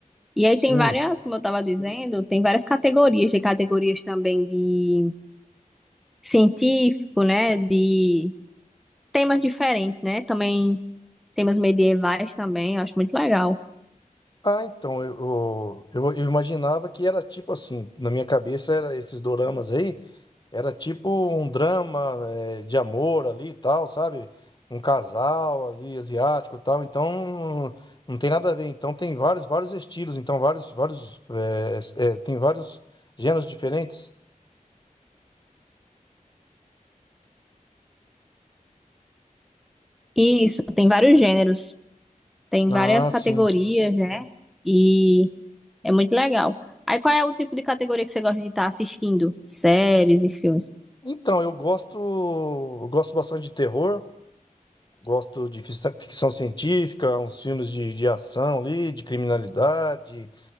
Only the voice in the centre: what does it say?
E aí
tem várias, como eu estava dizendo, tem várias categorias, tem categorias também de científico, né? De temas diferentes, né? Também temas medievais também, eu acho muito legal.
Isso, tem vários gêneros, tem
várias categorias,
né? E é muito legal. Aí qual é o tipo de categoria que você gosta de estar assistindo? Séries e filmes?